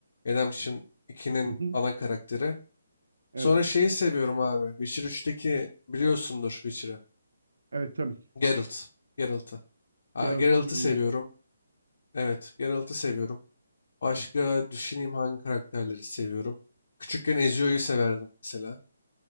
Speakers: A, on the left (about 55°); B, on the right (about 65°).
A: Redemption 2'nin
B: <laughs>
A: ana karakteri.
B: Evet.
A: Sonra şeyi seviyorum abi. Witcher üçteki biliyorsundur Witcher'ı.
B: Evet tabii ki.
A: Geralt. Geralt'ı. Ha,
B: Geralt
A: Geralt'ı
B: of Rivia.
A: seviyorum. Evet, Geralt'ı seviyorum. Başka düşüneyim hangi karakterleri seviyorum. Küçükken Ezio'yu severdim mesela.